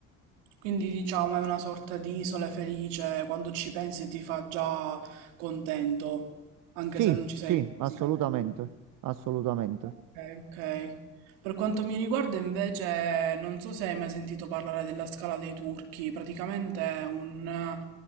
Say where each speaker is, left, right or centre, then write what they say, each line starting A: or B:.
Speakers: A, on the right; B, on the right.
A: Quindi diciamo è una sorta di isola felice, quando ci pensi ti fa già contento, anche
B: Sì,
A: se non ci sei
B: sì, assolutamente,
A: fisicamente.
B: assolutamente.
A: Ok, ok. Per quanto mi riguarda invece, non so se hai mai sentito parlare della Scala dei Turchi, praticamente è un